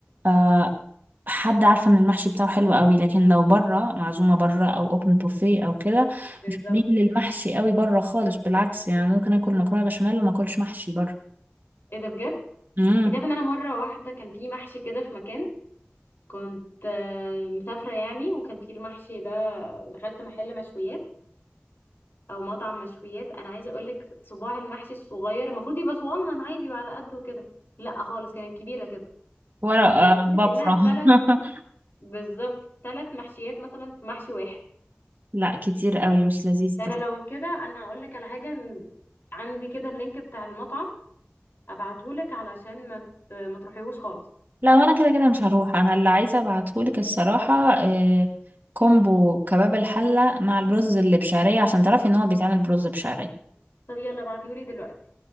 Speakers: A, on the right (about 50°); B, on the left (about 65°).
A: آه حد عارفه ان المحشي بتاعه حلو قوي لكن لو بره معزومه بره او اوبن بوفيه او كده
B: بالظبط
A: مش بميل للمحشي قوي بره خالص بالعكس يعني ممكن اكل مكرونه بشاميل وما اكلش محشي بره
B: ايه ده بجد
A: امم
B: انت عارفه ان انا مره واحده كان في محشي كده في مكان كنت آه، مسافره يعني وكان في المحشي ده دخلت محل مشويات او مطعم مشويات انا عايزه اقول لك صباع المحشي الصغير المفروض يبقى صغنن عادي وعلى قده كده لا خالص كانت كبيره كده
A: ورق
B: كان
A: آه
B: كبيره
A: بفرة
B: كانها ثلاث
A: <laughs>
B: بالظبط ثلاث محشيات مثلا في محشي واحد
A: لا كتير قوي مش لذيذ
B: ده انا
A: ده
B: لو كده انا اقول لك على حاجه إن عندي كده اللينك بتاع المطعم ابعتهولك علشان ما ت- ما تروحيهوش خالص
A: لا وانا كده كده مش هروح انا اللي عايزه ابعتهولك الصراحه آه، كومبو كباب الحله مع الرز اللي بشعريه عشان تعرفي ان هو بيتعمل برز بشعريه
B: طب يلا ابعتيهولي دلوقتي